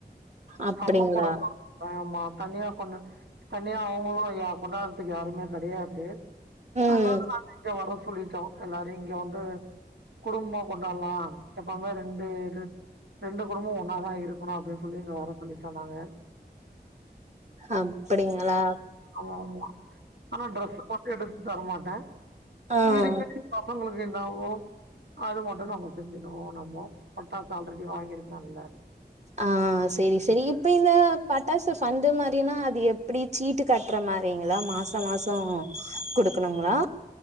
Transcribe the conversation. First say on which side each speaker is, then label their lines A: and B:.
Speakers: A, on the right; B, on the right.
A: அப்படிங்களா
B: அம்மா கூட பொறந்த ஆமா தனியா கொண்டு தனியா அவுங்களு கொண்டாடுறதுக்கு யாருமே கிடையாது
A: ம்
B: அதனால நாங்க இங்க வர சொல்லிட்டோ எல்லாரையு இங்க வந்து குடும்பமா கொண்டாடலா எப்பவுமே ரெண்டு இது ரெண்டு குடும்பம் ஒன்னாதா இருக்கணு அப்படின் சொல்லி இங்க வர சொல்லிட்டோ நாங்க
A: அப்படிங்களா
B: ஆமா ஆமா ஆனா ட்ரெஸ்சு மட்டு எடுத்து தரமாட்டே
A: ஆ
B: <unintelligible> பசங்களுக்கு என்ன ஆகு அது மட்டு நம்ம செஞ்சுருவோ நம்மோ பட்டாசு ஆல்ரெடி வாங்கி இருக்கேம்ல்ல
A: ஆ செரி செரி இப்ப இந்த பட்டாசு ஃபண்டு மாரினா அது எப்டி சீட்டு கட்டுற மாரிங்ளா மாச மாச குடுக்கணுங்ளா